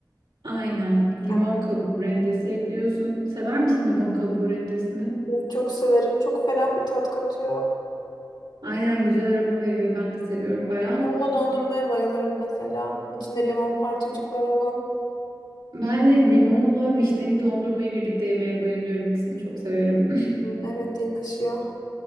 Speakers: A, on the right; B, on the left.
A: aynen limon
B: Ben
A: kabuğu rendesi ekliyorsun. Sever misin limon kabuğu rendesini?
B: çok severim. Çok ferah bir tat katıyor.
A: Aynen güzel aroma veriyor. Ben de seviyorum bayağı.
B: Limonlu dondurmaya bayılırım mesela. İçinde limon parçacıkları olan.
A: Ben de limonla vişneli dondurmayı birlikte yemeye bayılıyorum. İkisini çok severim. <laughs>
B: Hmm, Evet yakışıyor.